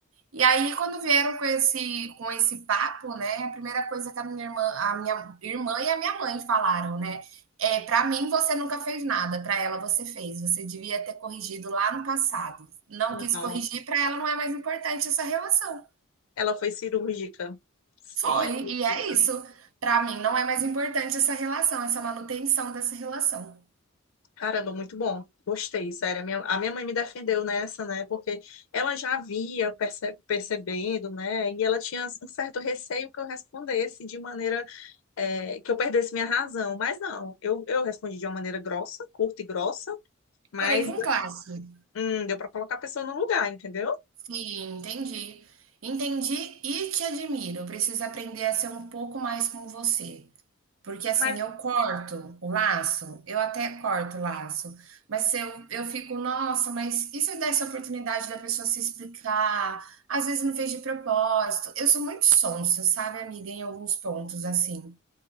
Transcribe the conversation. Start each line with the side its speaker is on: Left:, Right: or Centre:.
Right: E aí, quando vieram com esse, com esse papo, né, a primeira coisa que a minha irmã, a minha irmã e a minha mãe falaram, né, é, para mim você nunca fez nada, para ela você fez. Você devia ter corrigido lá no passado. Não quis
Left: Não,
Right: corrigir, para ela não é mais importante essa relação.
Left: Ela foi cirúrgica. Cirúrgica.
Right: Foi, e é isso. Para mim não é mais importante essa relação, essa manutenção dessa relação.
Left: Caramba, muito bom. Gostei, sério. A minha, a minha mãe me defendeu nessa, né? Porque ela já havia perce- percebendo, né? E ela tinha um certo receio que eu respondesse de maneira, eh, que eu perdesse minha razão. Mas não, eu, eu respondi de uma maneira grossa, curta e grossa, mas
Right: Porém, com classe.
Left: hum, deu para colocar a pessoa no lugar, entendeu?
Right: Sim, entendi. Entendi e te admiro. Eu preciso aprender a ser um pouco mais como você. Porque assim,
Left: Mas,
Right: eu corto o laço, eu até corto o laço, mas se eu, eu fico, nossa, mas e se eu desse a oportunidade da pessoa se explicar? Às vezes não fez de propósito. Eu sou muito sonsa, sabe, amiga, em alguns pontos, assim.